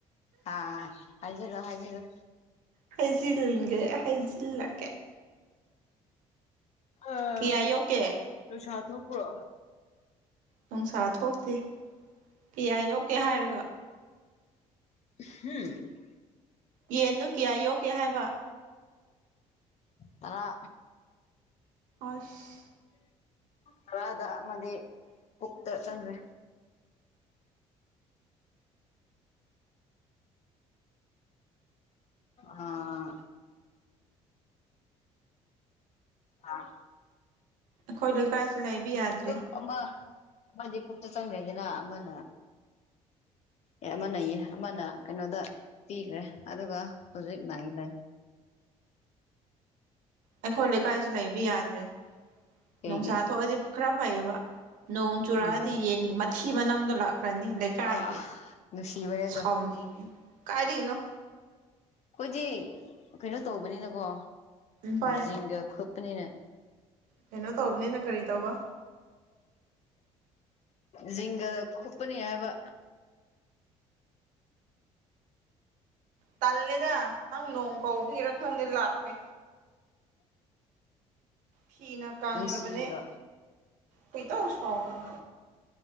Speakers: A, on the left; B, on the right.
A: ꯍꯥ ꯍꯥꯏꯖꯤꯔ‌ꯣ ꯍꯥꯏꯖꯤꯔ‌ꯣ
B: ꯍꯩꯖꯤꯜꯒ‌ꯦ ꯍꯩꯖꯤꯜꯂꯛꯀꯦ
A: ꯑꯥ
B: ꯀꯌꯥ ꯌꯣꯛꯀꯦ
A: ꯅꯨꯡꯁꯥ ꯊꯣꯛꯄ꯭ꯔꯣ
B: ꯅꯨꯡꯁꯥ ꯊꯣꯛꯇꯦ ꯀꯌꯥ ꯌ‌ꯣꯛꯀꯦ ꯍꯥꯏꯔꯒ
A: <unintelligible>
B: ꯌꯦꯟꯗ‌ꯣ ꯀꯌꯥ ꯌꯣꯛꯀꯦ ꯍꯥꯏꯕ
A: ꯇꯔꯥ
B: ꯑꯁ
A: ꯇꯔꯥꯗ ꯑꯃꯗꯤ ꯄꯨꯛꯇ ꯆꯪꯈ꯭ꯔꯦ ꯑꯥ ꯑꯥ
B: ꯑꯩꯈꯣꯏ ꯂꯩꯀꯥꯏꯁꯤ ꯂꯩꯕ ꯌꯥꯗ꯭ꯔꯦ
A: ꯇꯨ ꯑꯃ ꯑꯃꯗꯤ ꯄꯨꯛꯇ ꯆꯪꯈ꯭ꯔꯦꯗꯅ ꯑꯃꯅ ꯑꯦ ꯑꯃꯅ ꯌꯦ ꯑꯃꯅ ꯀꯩꯅꯣꯗ ꯄꯤꯈ꯭ꯔꯦ ꯑꯗꯨꯒ ꯍꯧꯖꯤꯛ ꯅꯥꯏꯟ ꯂꯩ
B: ꯑꯩꯈꯣꯏ ꯂꯩꯀꯥꯏꯁꯨ ꯂꯩꯕ ꯌꯥꯗ꯭ꯔꯦ
A: ꯀꯩꯒꯤ
B: ꯅꯨꯡꯁꯥ ꯊꯣꯛꯑꯗꯤ ꯈꯔ ꯐꯩꯌꯦꯕ ꯅꯣꯡ ꯆꯨꯔꯛꯑꯗꯤ
A: ꯎꯝ
B: ꯌꯦꯟꯒ ꯃꯊꯤ ꯃꯅꯝꯗꯣ ꯂꯥꯛꯈ꯭ꯔꯅꯤ ꯂꯩ ꯀꯥꯏꯒꯤ
A: ꯑꯥ ꯅꯨꯡꯁꯤꯕꯅꯦ ꯑꯗꯣ
B: ꯁꯥꯎꯅꯤꯡꯉ‌ꯦ ꯀꯥꯏꯗꯒꯤꯅꯣ
A: ꯑꯩꯈꯣꯏꯗꯤ ꯀꯩꯅꯣ ꯇꯧꯕꯅꯤꯅꯀꯣ
B: ꯚꯥꯏ
A: ꯖꯤꯡꯒ ꯈꯨꯠ ꯄꯅꯤꯅ
B: ꯀꯩꯅꯣ ꯇꯧꯕꯅꯤꯅ ꯀꯔꯤ ꯇꯧꯕ
A: ꯖꯤꯡꯒꯗ ꯈꯨꯞꯄꯅꯤꯅ ꯍꯥꯏꯕ
B: ꯇꯜꯂꯦꯗ ꯅꯪ ꯅꯣꯡ ꯀꯥꯎꯗꯨꯏꯔꯥ ꯈꯪꯗꯦ ꯂꯥꯛꯈ꯭ꯔꯦ ꯐꯤꯅ ꯀꯪꯗꯕꯅꯦ
A: ꯅꯨꯡꯁꯤꯗ꯭ꯔꯣ
B: ꯈ‌ꯣꯏꯗꯧ ꯁꯥꯎꯅꯤꯡ